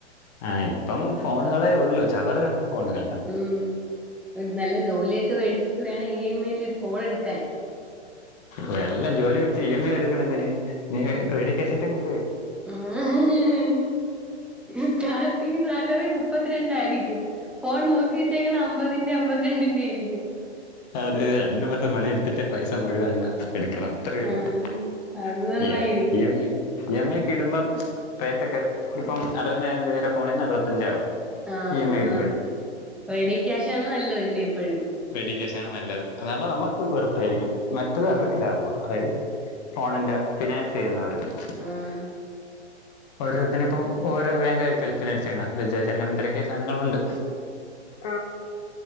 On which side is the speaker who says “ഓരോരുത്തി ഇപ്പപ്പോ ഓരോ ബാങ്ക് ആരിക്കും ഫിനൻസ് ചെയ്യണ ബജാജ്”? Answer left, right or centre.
Left